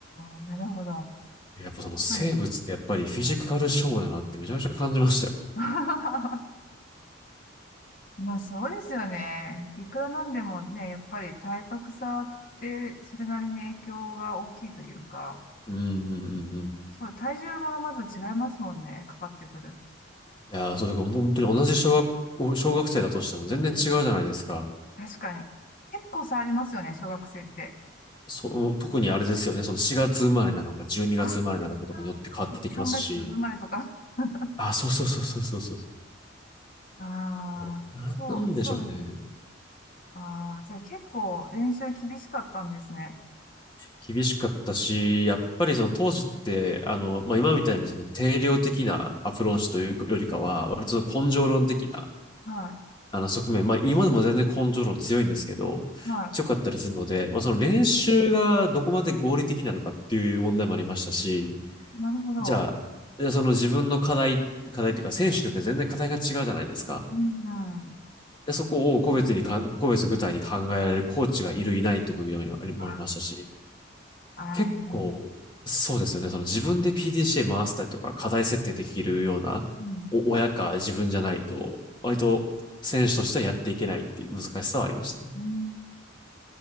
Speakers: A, on the left; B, on the left.
A: あ、なるほど。やっ
B: やっぱその生物ってやっぱりフィジカル勝負だなってめちゃめちゃ感じましたよ。
A: ぱり、あの <laughs> まあそうですよね。いくらなんでもね、やっぱり体格差ってそれなりに影響が大きいというか、
B: うんうんうんうん。い
A: そう、体重もまず違いますもんね、かかってくる。
B: やー、そうだかもう本当に同じ小学校、小学生だとしても全然違うじゃないですか。
A: うん確かに。結構差ありますよね、小学生って。
B: その、特にあれですよね、その4月生まれなのか12月生まれなのかとかによって変わってきますし、
A: ああ、3月生まれとか。<laughs>
B: あ、そうそうそうそうそうそ
A: あ
B: う。
A: あ、
B: な、
A: そう、
B: なんでしょうね。
A: そうですね。ああ、じゃあ結構練習厳しかったんですね。
B: 厳しかったし、やっぱりその当時って、あの、まあ、今みたいにその定量的なアプローチというよりかは、割とその根性論的な、
A: うんは
B: あの側面、まあ、今でも全然根性論強いんですけど、
A: い、は
B: 強かったりするので、まあ、その練習がどこまで合理的なのかっていう問題もありましたし、
A: い。なるほど。
B: じゃあ、じゃあその自分の課題、課題というか選手によって全然課題が違うじゃないですか。
A: うん、うん。
B: で、そこを個別にかん、個別具体に考えられるコーチがいる、いないということもありもありましたし、
A: ああ、
B: 結構、
A: あーも
B: そうですよね。その自分で
A: う、
B: PDCA 回したりとか、課題設定できるような、
A: うん、
B: お親か自分じゃないと、割と選手としてはやっていけないっていう難しさはありましたね。い
A: うん。